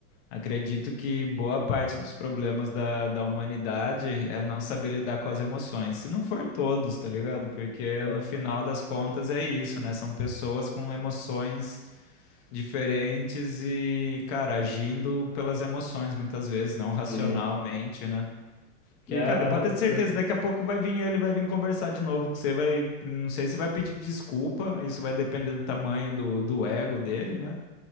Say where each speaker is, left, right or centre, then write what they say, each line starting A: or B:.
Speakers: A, on the left (about 50°); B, on the left (about 15°).
A: acredito que boa parte dos problemas da, da humanidade é não saber lidar com as emoções. Se não for todos, tá ligado? Porque
B: ah,
A: no final das contas é isso, né? São pessoas com emoções diferentes e, cara, agindo pelas emoções muitas vezes, não racionalmente,
B: sim.
A: né? Que,
B: É,
A: cara,
B: eu tava.
A: pode
B: Você,
A: ter certeza, daqui a pouco vai vir ele, vai vir conversar de novo com você, vai, não sei se vai pedir desculpa, isso vai depender do tamanho do, do ego dele, né?